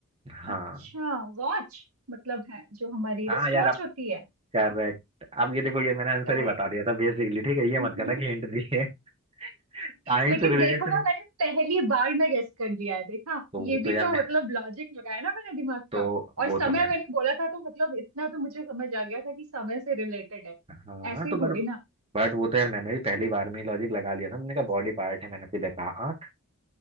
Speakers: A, on the right (about 25°); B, on the right (about 80°).
A: हाँ
B: अच्छा वॉच मतलब है जो हमारी
A: हाँ
B: रिस्ट
A: यार
B: वॉच
A: आप
B: होती है
A: करेक्ट
B: हाँ
A: अब ये देखो ये मैंने आंसर
B: अ,
A: ही बता दिया था बेसिकली ठीक है ये
B: <laughs>
A: मत करना कि हिंट दिए टाइम
B: लेकिन
A: से रिलेटेड
B: देखो
A: फिर
B: ना
A: वो-
B: मैंने पहली बार में गेस कर लिया है देखा
A: तो
B: ये
A: वो तो
B: भी
A: यार
B: तो
A: मैं
B: मतलब लॉजिक लगाया ना मैंने दिमाग
A: तो
B: का और
A: वो
B: समय
A: तो मैंने
B: मैंने बोला था तो मतलब इतना तो मुझे समझ आ गया था कि समय से रिलेटेड है
A: हाँ हाँ
B: ऐसे
A: तो
B: ही
A: बट
B: थोड़ी ना
A: बट वो तो यार मैंने भी पहली बार में ही लॉजिक लगा लिया था मैंने कहा बॉडी पार्ट है मैंने सीधा कहा आंख